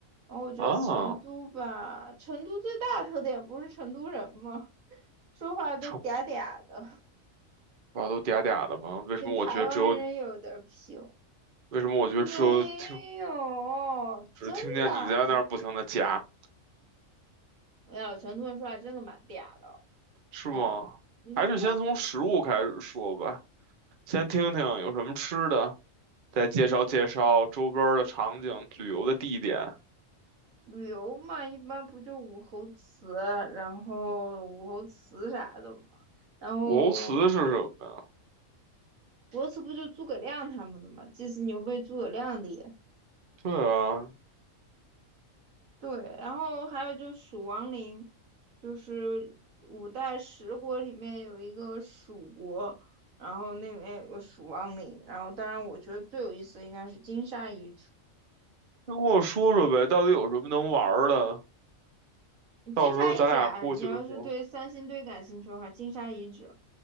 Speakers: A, on the right; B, on the right.
A: 然后我觉得成都吧，
B: 啊，
A: 成都最大的特点不是成都人吗？说话都嗲嗲的，
B: 臭，瓜都嗲嗲的吗？为什么我觉得只有
A: 跟台湾人有点儿拼。
B: 为什么我觉得只有听
A: 没有，
B: 只听见你在那儿不停的夹，
A: 真的没有。成都人说话真的蛮嗲的，
B: 是吗？
A: 嗯嗯。
B: 还是先从食物开始说吧，先听听有什么吃的，再介绍介绍周边儿的场景、旅游的地点。
A: 旅游嘛，一般不就武侯祠，然后武侯祠啥的嘛，然后
B: 武侯祠是什么呀？
A: 国祠不就诸葛亮他们的嘛，祭祀牛背诸葛亮的也
B: 对啊，
A: 对，然后还有就蜀王陵，就是五代十国里面有一个蜀国，然后那里面有个蜀王陵，然后当然我觉得最有意思的应该是金沙遗址，
B: 先跟我说说呗，到底有什么能玩儿的？到时候咱俩过去的时候，
A: 金沙遗址啊，你要是对三星堆感兴趣的话，金沙遗址，